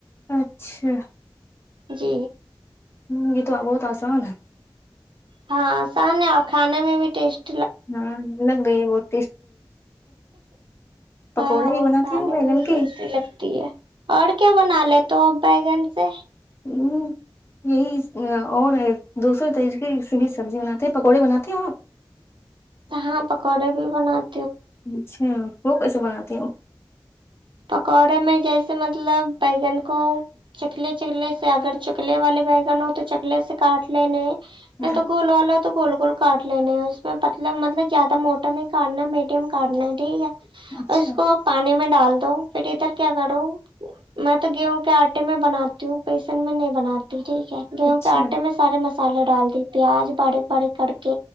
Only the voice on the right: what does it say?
جی
ہاں اسان ہے اور کھانے میں بھی ٹیسٹ
ہاں
وہ
کھانے
میں بھی ٹیسٹی
لگتی ہے اور کیا بنا لیتے تو اب ہےگن سے
ہاں پکوڑے بھی بناات
پکوڑے میں جیسے مطلب بگن کو چکلے چکلے سے اگر چکلے والے بگن ہو تو چکلے سے کاٹ لینے نہیں
تو گول لو تو گول گول کاٹ لینے اس مطلب مطلب زیادہ تو موٹا نہیں کرنا میڈیم کرنا ہے ٹھیک ہے
اور اس کو پانی میں سال <unintelligible> تو پھر ادھر کیا کرو میں تو گیہوں کے آٹے میں بناتی ہوں بییسن میں نہیں بناتی ٹھیک ہے گیہوں
کے آٹے میں سارے مس مسالا ڈال دی پیاز بڑے بڑے کک کہ